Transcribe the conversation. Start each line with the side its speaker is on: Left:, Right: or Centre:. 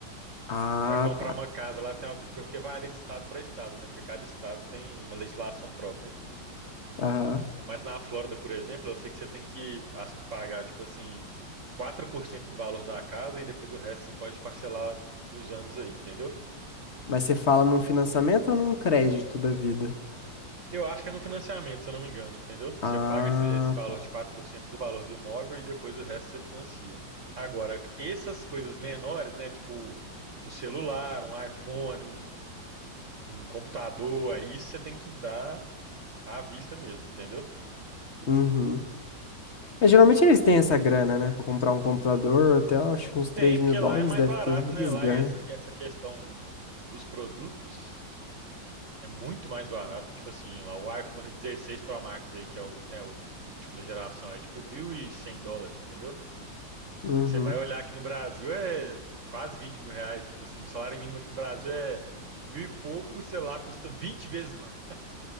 Left: Ah,
Right: Você vai comprar
Left: tá.
Right: uma casa lá, tem algo, porque varia de estado para estado, né? Porque cada estado tem uma legislação própria.
Left: Aham.
Right: Mas na Flórida, por exemplo, eu sei que você tem que, acho que pagar, tipo assim, 4% do valor da casa e depois o resto você pode parcelar nos anos aí, entendeu?
Left: Mas você fala num financiamento ou num crédito da vida?
Right: Eu acho que é no financiamento, se eu não me engano, entendeu? Você
Left: Ah,
Right: paga esse, esse valor
Left: tá.
Right: de 4% do valor do imóvel e depois o resto você financia. Agora, essas coisas menores, né? Tipo, um celular, um iPhone, um, um computador, aí você tem que dar À vista mesmo, entendeu?
Left: Uhum. É, geralmente eles têm essa grana, né? Pra comprar um computador, até acho que uns 3
Right: Tem,
Left: mil
Right: porque
Left: dólares
Right: lá é mais
Left: deve
Right: barato,
Left: ter. Eles
Right: né? Lá
Left: ganham.
Right: essa, essa questão dos produtos é muito mais barato. Tipo assim, lá o iPhone 16 Pro Max aí, que é o, né, o último da geração, é tipo 1.100 dólares, entendeu?
Left: Uhum.
Right: Você vai olhar aqui no Brasil é quase vinte mil reais. Tipo assim, o salário mínimo aqui no Brasil é mil e pouco, sei lá, custa 20 vezes <laughs>